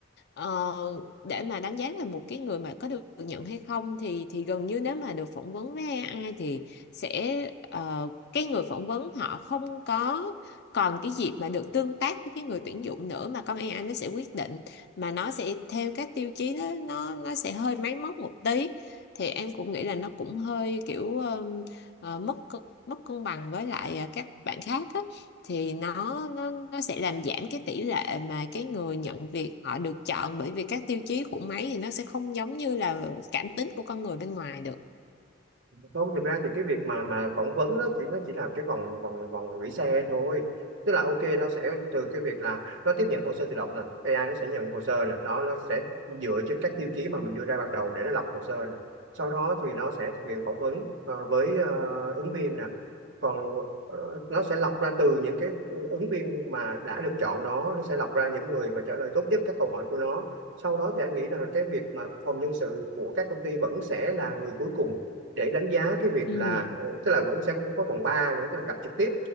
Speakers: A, on the left; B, on the right.
A: Ờ, để mà đánh giá là một cái người mà có được nhận hay không thì thì gần như nếu mà được phỏng vấn với AI thì sẽ ờ, cái người phỏng vấn họ không có còn cái dịp mà được tương tác với cái người tuyển dụng nữa mà con AI nó sẽ quyết định mà nó sẽ theo các tiêu chí đó nó nó sẽ hơi máy móc một tí thì em cũng nghĩ là nó cũng hơi kiểu ờm, ờ, mất cân- mất cân bằng với lại ờ, các bạn khác á thì nó nó nó sẽ làm giảm cái tỷ lệ mà cái người nhận việc họ được chọn bởi vì các tiêu chí của máy thì nó sẽ không giống như là cảm tính của con người bên ngoài được
B: không thực ra thì cái việc mà mà phỏng vấn đó chỉ nó chỉ là cái vòng vòng vòng gửi xe thôi tức là ok nó sẽ từ cái việc là nó tiếp nhận hồ sơ tự động nè AI nó sẽ nhận hồ sơ nè nó nó sẽ dựa trên các tiêu chí mà mình đưa ra ban đầu để nó lọc hồ sơ nè sau đó thì nó sẽ thực hiện phỏng vấn ờ, với ờ, ứng viên nè còn ờ, nó sẽ lọc ra từ những cái ứng viên mà đã được chọn đó nó sẽ lọc ra những người mà trả lời tốt nhất các câu hỏi của nó sau đó thì anh nghĩ rằng là cái việc mà phòng nhân sự của các công ty vẫn sẽ là người cuối cùng để đánh giá cái việc
A: Ừ,
B: là ờ, tức là vẫn sẽ có có vòng 3 nữa tức là gặp trực tiếp